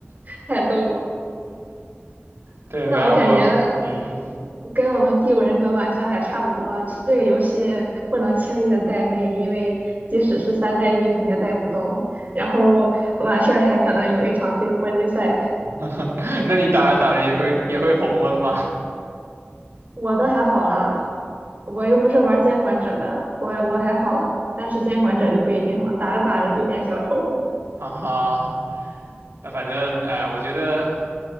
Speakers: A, on the right; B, on the right.
A: <laughs> 太逗了。
B: 对，
A: 那我感觉
B: 反正我，嗯，
A: 跟我们《第五人格》玩家也差不多啊，这个游戏不能轻易的带妹，因为即使是三带一，可能也带不动。然后完事儿还可能有一场自由搏击赛。
B: <laughs> 那你打着打着也会也会红温吗？
A: 我都还好啦，我又不是玩监管者的，我我还好啊，但是监管者就不一定了，打着打着就变小丑了。
B: <laughs> 哈哈，那反正哎，我觉得